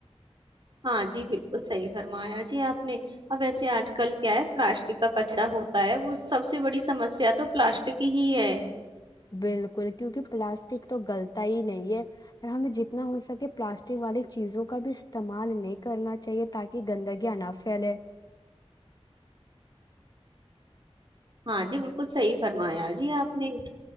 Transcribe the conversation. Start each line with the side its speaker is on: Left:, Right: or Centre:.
Right: ہاں جی بالکل صحیح فرمایا جی آپ نے اب وسے آج کل کیا ہے پلاسٹک کا کچرا ہوتا ہے وہ سب سے بڑی سمسیا تو پلاسٹک ہی ہے
Left: بالکل کیونکہ پلاسٹک تو گلتا ہی نہیں ہے ہمیں جتنا ہو سکے پلاسٹک والی چیزوں کا بھی استعمال نہیں کرنا چاہیے تاکہ گندگیاں نہ پھیلے
Right: ہاں جی کو صحیح فرمایا جی آپ نے